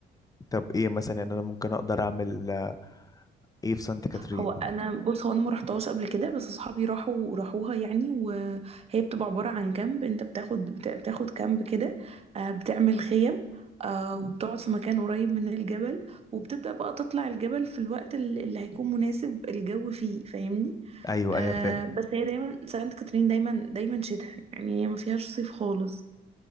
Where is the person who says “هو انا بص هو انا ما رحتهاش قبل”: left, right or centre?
Right